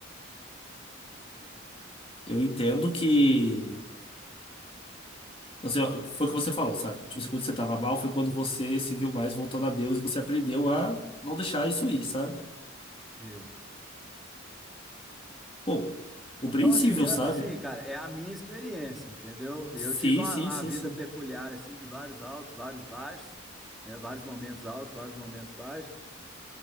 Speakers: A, on the left; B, in the centre.
A: Eu entendo que você foi o que você falou, sabe? Tipo, assim, quando você tava mal, foi quando você se viu mais voltando a Deus e você aprendeu a não deixar isso ir, sabe?
B: isso.
A: Pô, compreensível,
B: Então assim, assim,
A: sabe?
B: cara, é a minha experiência, entendeu?
A: Sim,
B: Eu tive uma,
A: sim,
B: uma
A: sim,
B: vida
A: sim.
B: peculiar assim de vários altos, vários baixos, né? Vários momentos altos, vários momentos baixos